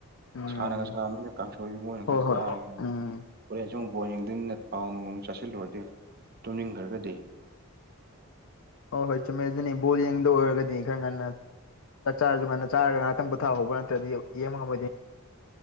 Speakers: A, on the left; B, on the right.
A: ꯎꯝ
B: ꯁꯥꯥꯟꯅꯒ ꯁꯥꯕ ꯃꯤꯅ ꯀꯥꯡꯁꯣꯏ ꯃꯣꯏꯅ
A: ꯍꯣꯏ
B: ꯈꯔ ꯆꯥꯔꯒꯦꯅ
A: ꯍꯣꯏ ꯎꯝ
B: ꯍꯣꯔꯦꯟ ꯁꯨꯝ ꯕꯣꯟ ꯌꯦꯡꯗꯣꯏꯅꯤꯅ ꯄꯥꯎ ꯅꯨꯡ ꯅꯨꯡ ꯆꯥꯁꯤꯜꯂꯨꯔꯗꯤ ꯇꯨꯝꯅꯤꯡꯈ꯭ꯔꯒꯗꯤ
A: ꯑꯣ ꯍꯣꯏ ꯆꯨꯝꯃꯦ ꯑꯗꯨꯅꯤ ꯕꯣꯜ ꯌꯦꯡꯗ ꯑꯣꯏꯔꯒꯗꯤ ꯈꯔ ꯉꯟꯅ ꯆꯥꯛ ꯆꯥꯔꯁꯨ ꯉꯟꯅ ꯆꯥꯔꯒ ꯉꯍꯥꯛꯇꯪ ꯄꯣꯊꯥꯍꯧꯕ꯭ꯔ ꯅꯠꯇ꯭ꯔꯗꯤ ꯌꯦꯡ ꯕ